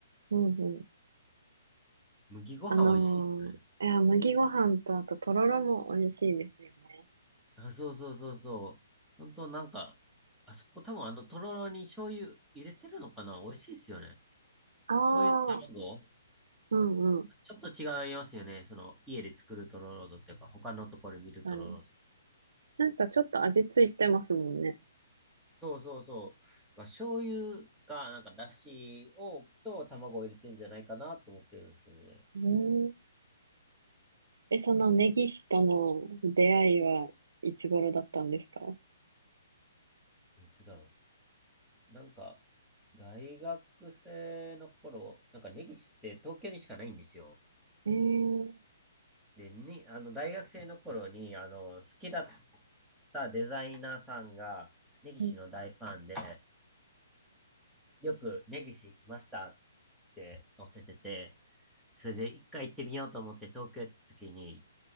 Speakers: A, on the right; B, in the centre.
A: うんうん。
B: 麦ご飯美味しいですよね。
A: あのーいや、麦ご飯とあととろろも美味しいですよね。
B: あ、そうそうそうそう。本当なんか、あそこ多分あの、とろろに醤油入れてるのかな美味しいですよね。
A: ああ、
B: 醤油と卵
A: うんうん。
B: ちょっと違いますよね。その、家で作るとろろとっていうか、他のところで見るとろろと。
A: 何なんかちょっと味ついてますもんね。
B: そうそうそう。まあ醤油が、なんか、だしを、と卵を入れてんじゃないかなと思ってるんですけどね。
A: うん。え、そのネギ師との出会いはいつ頃だったんですか
B: いつだろう。なんか、大学生の頃、なんか根岸って東京にしかないんですよ。
A: ええー
B: で、に、あの、大学生の頃に、あの、好きだったデザイナーさんが、根岸の大ファンで、
A: うん。
B: よく根岸来ましたって載せてて、それで一回行ってみようと思って東京行った時に